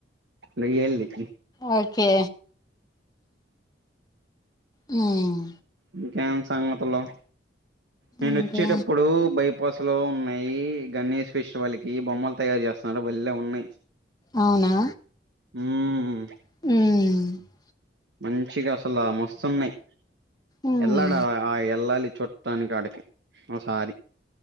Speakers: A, on the right; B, on the left.
A: రియల్లీ
B: ఓకే మ్
A: ఇంకేం సంగతులు నేను
B: ఇంకా
A: వచ్చేటప్పుడు బయ్ ఉపసులో ఉన్నాయి గణేష్ ఫాస్టివెల్ కి బొమ్మలు తయారు చేస్తున్నారు బలే ఉన్నాయి
B: అవునా
A: మ్
B: మ్ మ్
A: మంచిగా అసలు మస్తున్నాయి
B: ఉమ్
A: ఎల్లాడ ఆ ఎల్లాలి చుట్ ట్టనికాడికి ఓ సారి